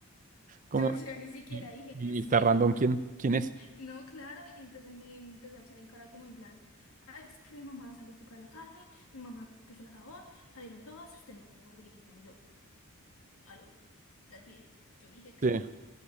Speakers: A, on the right (about 35°); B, on the left (about 70°).
A: ¿Cómo?
B: Yo, yo ni siquiera
A: y,
B: dije
A: y
B: que sí.
A: está random
B: <laughs>
A: quién, quién es.
B: No, claro. y entonces él me, me empezó a echar en cara como en plan, ah, es que mi mamá salió a comprar la carne, mi mamá puso el asador, salieron todos, y usted no vino. Y Yo, ¿aló? ¿Estás bien? Yo dije que
A: Sí.
B: no.